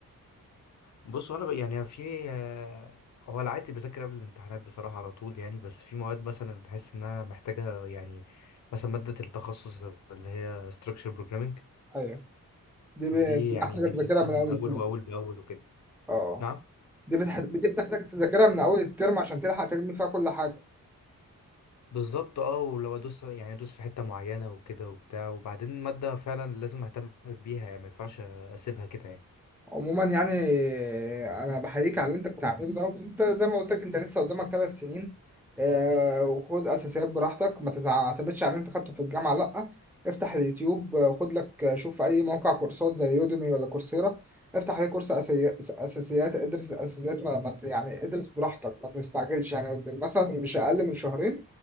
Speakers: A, on the left (about 55°); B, in the centre.
A: بص هو انا ب- يعني في آه، هو العادي بذاكر قبل الامتحانات بصراحه على طول يعني بس في مواد مثلا اللي بحس انها محتاجه يعني مثلا ماده التخصص اللي هي structure programming
B: ايوه دي ب...
A: دي
B: دي
A: يعني
B: بحتاج
A: دي
B: تذاكرها
A: بذاكرها
B: من
A: من
B: اول
A: اول
B: الترم
A: واول باول وكده
B: اه
A: نعم
B: دي بتح... دي بتحتاج تذاكرها من اول الترم عشان تلحق تلم فيها كل حاجة
A: بالظبط اه ولو ادوس يعني ادوس في حته معينه وكده وبتاع وبعدين ماده فعلا لازم اهتم بيها يعني ما ينفعش اسيبها كده يعني
B: عموما يعني آه، انا بحييك على اللي انت بتعمله ده انت زي ما قلت لك انت لسه قدامك ثلاث سنين آه، وخد اساسيات براحتك ما تعتمدش على اللي انت خدته في الجامعه لا افتح اليوتيوب آه، خد لك آه، شوف في اي موقع كورسات زي يوديمي ولا كورسيرا افتح عليه كورس أسي- اساسيات ادرس اساسيات ما ما ت- يعني ادرس براحتك ما تستعجلش يعني مثلا مش اقل من شهرين